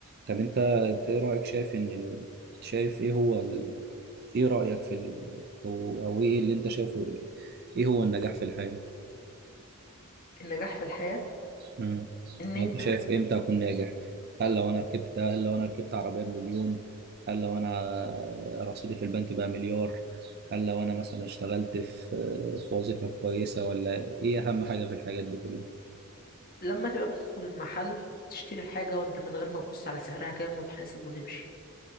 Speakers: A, on the right; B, on the left.
A: طب انت انت ايه رايك شايف ان ال... شايف ايه هو ال... ايه رايك في ال... او او ايه اللي انت شايفه ايه هو النجاح في الحياه
B: النجاح في الحياه
A: امم
B: ان
A: يعني
B: انت
A: انت شايف امتى اكون ناجح هل لو انا ركبت هل لو انا ركبت عربيه بمليون هل لو انا رصيدي في البنك بقى مليار هل لو انا مثلا اشتغلت في في وظيفه كويسه ولا ايه اهم حاجه في الحاجات دي كلها
B: لما تبقى بتدخل المحل تشتري الحاجة وانت من غير ما تبص على سعرها كام وتحاسب وتمشي